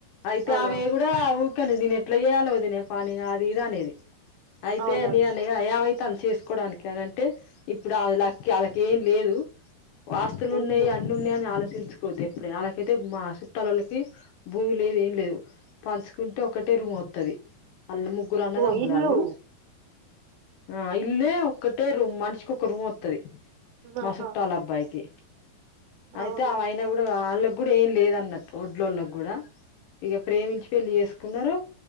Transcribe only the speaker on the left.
అయితే
ఆమే ఊకని నేను ఎట్లా చేయాల వదిన పని అది ఇది అనేది అయితే
నేను అన్న ఏమైతాంది చేసుకోవడానికి అని అంటే ఇప్పుడు ఆ వాళ్ళకి వాళ్ళకి ఏం లేదు వాస్తులు
ఉన్నాయి అన్నీ ఉన్నాయని ఆలోచించుకోవద్దు ఎప్పుడైనా అలాకైతే మా తలలకి భూమి లేదు ఏం లేదు పంచుకుంటే ఒకటే రూమ్ వత్తది వాళ్ళ ముగ్గు గురు అన్నదమ్ములు
వాళ్ళు ఆ ఇల్లు ఒ ట్టే రూమ్ మనిషికి ఒక రూమ్ వత్తది మా
చుట్టాల అబ్బాయికి అయితే
ఆయిన కూడా వాళ్ళకి కూడా ఏం లేదు అన్నట్టు వడ్ల వాళ్ళకి కూడా ఇగ ప్రేమించి పెళ్ళి చేసుకున్నారు